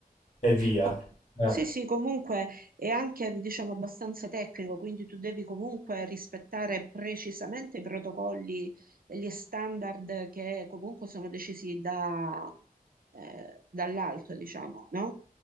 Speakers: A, on the left; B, on the right.
A: e via.
B: Co-
A: Eh.
B: Sì, sì, comunque è anche, diciamo, abbastanza tecnico, quindi tu devi comunque rispettare precisamente i protocolli e gli standard che comunque sono decisi da, eh, dall'alto, diciamo, no?